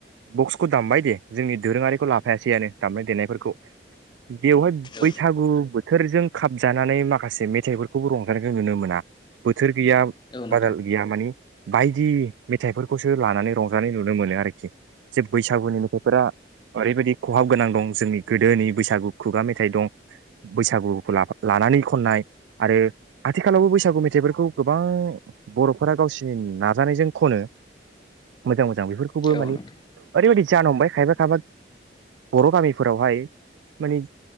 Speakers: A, on the right; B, on the left.
A: बक्सखौ दामबाय दे जोंनि दोरोङारिखौ लाफायासैआनो दामनाय देनायफोरखौ बेवहाय
B: औ
A: बैसागु बोथोरजों खाबजानानै माखासे मेथाइफोरखौबो रंखानायखौ नुनो मोना बोथोर गैया
B: नोंथां औ नोंथां
A: बादाल गैया मानि बायदि मेथाइफोरखो खौसो लानानै रंजानाय नुनो मोनो आरोखि जे बैसागुनि मेथाइफोरा बेबायदि खहाब गोनां दं जोंनि गोदोनि बैसागु खुगा मेथाइ दं बैसागुखौला लानानै खननाय आरो आथिखालावबो बैसागु मेथाइफोरखौ गोबां बर'फोरा गावसिनि नाजानायजों खनो मोजां मोन जा बेफोरखौबो
B: औ
A: मानि
B: नोंथां
A: ओरैबायदि जानो हमबाय खायफा खायफा बर' गामिफोरावहाय मानि